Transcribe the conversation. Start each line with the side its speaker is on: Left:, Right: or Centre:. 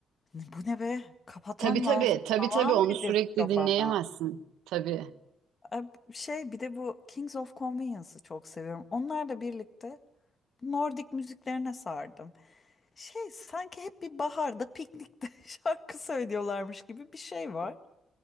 Left: bu ne be kapatmam
Right: Tabii tabii,
Left: lazım
Right: tabii
Left: falan
Right: tabii onu
Left: dedirtiyor
Right: sürekli dinleyemezsin.
Left: bana.
Right: Tabii.
Left: E, Şey bir de bu Kings of Convenience'ı çok seviyorum. Onlarla birlikte Nordik müziklerine sardım. Şey sanki hep bir baharda piknikte <laughs> şarkı söylüyorlarmış gibi bir şey var.